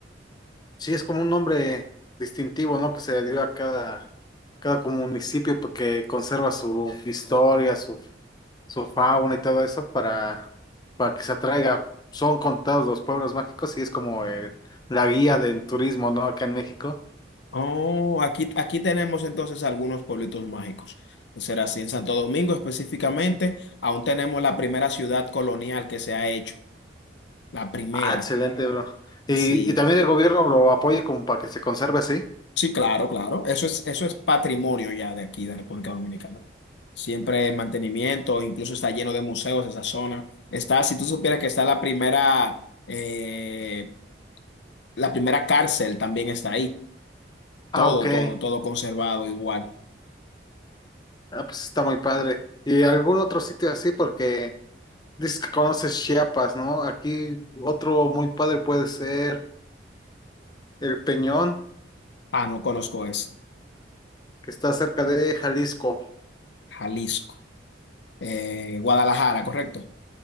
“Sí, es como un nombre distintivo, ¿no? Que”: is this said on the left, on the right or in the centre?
Left